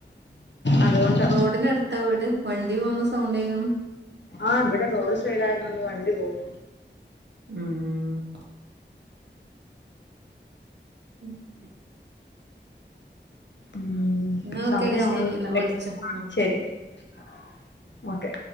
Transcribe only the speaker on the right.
റോഡിൻ അടുത്താ വീട് വണ്ടി പോകുന്ന സൗണ്ട് കേക്ക്ണ്
ഉം ഉ <inaudible>
എന്നാ
ഓക്കേടാ
ശരി എന്നാ വിളിച്ചോ ആഹ്